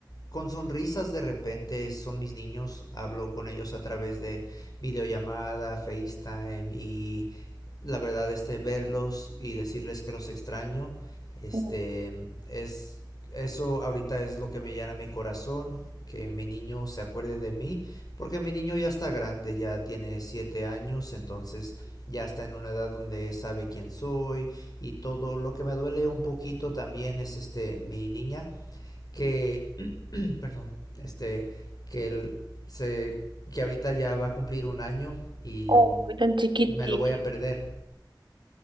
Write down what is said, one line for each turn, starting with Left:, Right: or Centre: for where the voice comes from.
Left: con sonrisas de repente son mis niños, hablo con ellos a través de videollamada, FaceTime y la verdad este verlos y decirles que los extraño, este
Right: Mm.
Left: es eso ahorita es lo que me llena mi corazón, que mi niño se acuerde de mí, porque mi niño ya está grande, ya tiene 7 años, entonces ya está en una edad donde sabe quién soy y todo lo que me duele un poquito también es este mi niña que, <clears throat> perdón, este, que él se, que ahorita ya va a cumplir un año y
Right: Oh, tan chiquitito.
Left: me lo voy a perder.